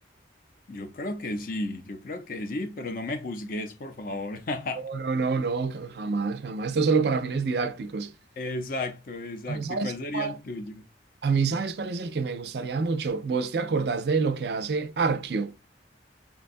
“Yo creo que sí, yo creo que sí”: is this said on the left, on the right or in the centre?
Left